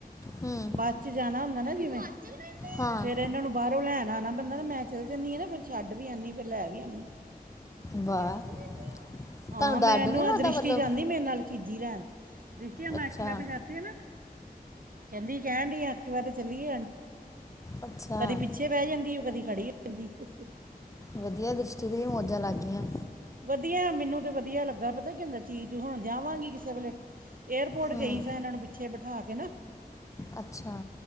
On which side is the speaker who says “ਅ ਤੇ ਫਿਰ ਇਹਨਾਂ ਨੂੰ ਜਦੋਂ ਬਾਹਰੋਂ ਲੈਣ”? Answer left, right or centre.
Right